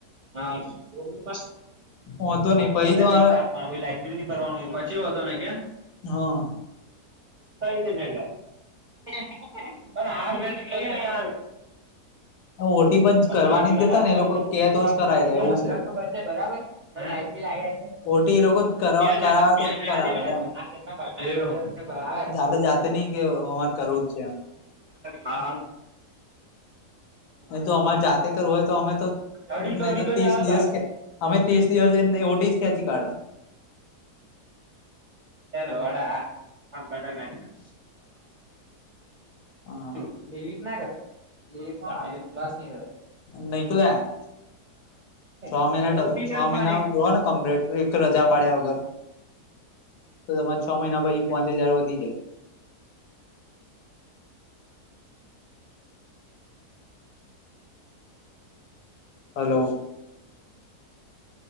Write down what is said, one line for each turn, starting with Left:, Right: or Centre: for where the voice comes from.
Right: હા. <unintelligible> એ
Left: વાંધો નહી પહી
Right: એને
Left: તો મારે
Right: પૈસા આપવા લાઈટ બીલ ભરવાનું પછી વાંધો નઈ કેમ?
Left: હા.
Right: હ <unintelligible> પણ અડધી કા <unintelligible>
Left: ઓટી પણ કરવાની
Right: હ
Left: જ દેતા ને એ લોકો
Right: એસોબર
Left: કે તો જ કરાય
Right: છે
Left: લે એવું
Right: બરાબર આ લ
Left: ઓટી એ લોકો
Right: <unintelligible>
Left: કરાવે તો કરાવે
Right: ક્યાંજ
Left: લે એમ
Right: <unintelligible> બ આવે
Left: આપડે જાતે નઈ કે અમારે કરવું જ
Right: <unintelligible>
Left: હ જો અમારે જાતે કરવું હોય તો અમે તો
Right: અઢીસો
Left: નહી
Right: અઢીસો
Left: તો ત્રીસ
Right: જ આવે
Left: દિવસ
Right: ભાગ.
Left: ખે અમે ત્રીસ દિવસ ઓઢ જ ખેંચી કાઢ.
Right: <unintelligible>
Left: હા
Right: શું લેવીક ના કરતો લે પ્સ નહીતો
Left: નનીકલે્યા છ
Right: મોટી
Left: મહિના
Right: રમવાની
Left: છ મહિના રો ને કમ્પ્લેટ એક રજા પાડ્યા વગર તો તમારે છ મહિના પછી પાંચ હજાર વધી જાય. <inaudible> હલો.